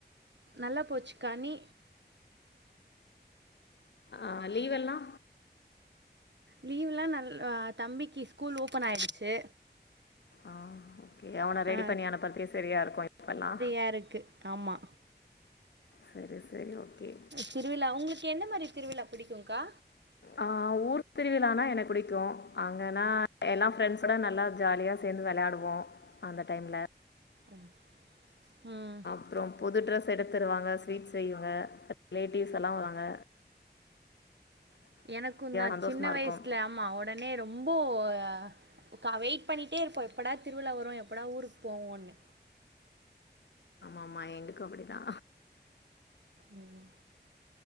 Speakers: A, on the right (about 85°); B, on the left (about 80°).
A: நல்ல போச்சுக்கா நீ
B: ஆ லீவெல்லா
A: லீவ்லா நல் தம்பிக்கு ஸ்கூல் ஓப்பன் ஆயிடுச்சு
B: ஆ ஓகே அவன ரெடி
A: ஆ,
B: பண்ணி அனுப்றதுக்கே சரியா இருக்கு இப்பெல்லா
A: தா இருக்கு ஆமா
B: சரி சரி ஓகே
A: திருவிழா உங்ளுக்கு எந்த மாரி திருவிழா பிடிக்குங்க்கா
B: ஆ ஊர் திருவிழானா எனக் பிடிக்கு அங்கனா எல்லா ஃப்ரெண்ட்ஸோட நல்லா ஜாலியா சேந்து வெளாடுவோ அந்த டைம்ல
A: ம் ம்
B: அப்றோ புது ட்ரெஸ் எடுத்துருவாங்க ஸ்வீட்ஸ் செய்யுங்க ரிலேட்டிவ்ஸ் எல்லா வராங்க
A: எனக்குந்தா
B: சந்தோஷமா
A: சின்ன
B: இருக்கும்
A: வயசுல ஆமா உடனே ரொம்போ ஒரு கா வெயிட் பண்ணிட்டே இருப்போ எப்படா திருவிழா வரு எப்படா ஊருக்கு போவோன்னு
B: ஆமா ஆமா எங்க கம்பெனி தா
A: ம் ம்